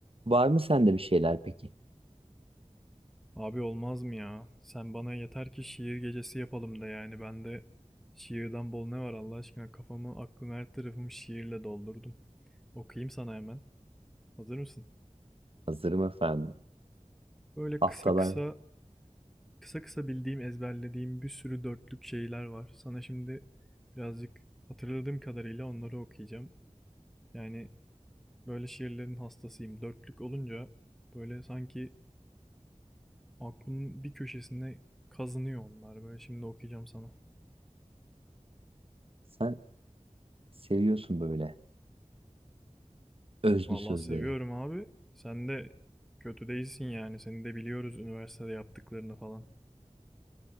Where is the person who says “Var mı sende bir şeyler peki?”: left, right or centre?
Right